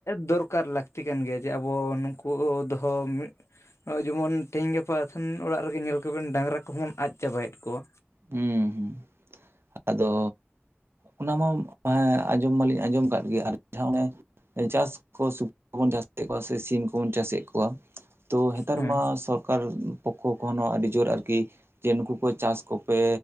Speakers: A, on the left; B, on the right.
A: ᱫᱚᱨᱠᱟᱨ ᱩᱯᱠᱟᱨ ᱞᱟᱹᱠᱛᱤ ᱠᱟᱱ ᱜᱮᱭᱟ ᱡᱮ ᱟᱵᱚ ᱱᱩᱠᱩ ᱫᱚᱦᱚ ᱢᱤᱫ ᱱᱚᱜᱼᱚᱭ ᱡᱮᱢᱚᱱ ᱛᱮᱦᱮᱧ ᱜᱟᱯᱟ ᱟᱛᱷᱟᱹᱱ ᱚᱲᱟᱜ ᱨᱮᱜᱮ ᱧᱮᱞ ᱠᱚᱵᱮᱱ ᱰᱟᱝᱨᱟ ᱠᱚᱦᱚᱸ ᱵᱚᱱ ᱟᱫ ᱪᱟᱵᱟᱭᱮᱫ ᱠᱚᱣᱟ᱾
B: ᱦᱩᱸ ᱦᱩᱸ ᱟᱫᱚ ᱚᱱᱟᱢᱟ ᱦᱮᱸ ᱟᱸᱡᱚᱢ ᱢᱟᱞᱤᱧ ᱟᱸᱡᱚᱢ ᱟᱠᱟᱫ ᱜᱮ, ᱟᱨ ᱡᱟᱦᱟᱸ ᱚᱱᱮ ᱪᱟᱥ ᱠᱚ ᱥᱩᱠᱨᱤ ᱠᱚᱵᱚᱱ ᱪᱟᱥᱮᱫ ᱠᱚᱣᱟ ᱥᱮ ᱥᱤᱢ ᱠᱚᱵᱚᱱ ᱪᱟᱥᱮᱫ ᱠᱚᱣᱟ ᱛᱚ ᱱᱮᱛᱟᱨ
A: ᱦᱮᱸ
B: ᱢᱟ ᱥᱚᱨᱠᱟᱨ ᱯᱚᱠᱠᱷᱚ ᱠᱚ ᱦᱚᱸ ᱟᱹᱰᱤ ᱡᱳᱨ ᱟᱨᱠᱤ ᱡᱮ ᱱᱩᱠᱩ ᱠᱚ ᱪᱟᱥ ᱠᱚᱯᱮ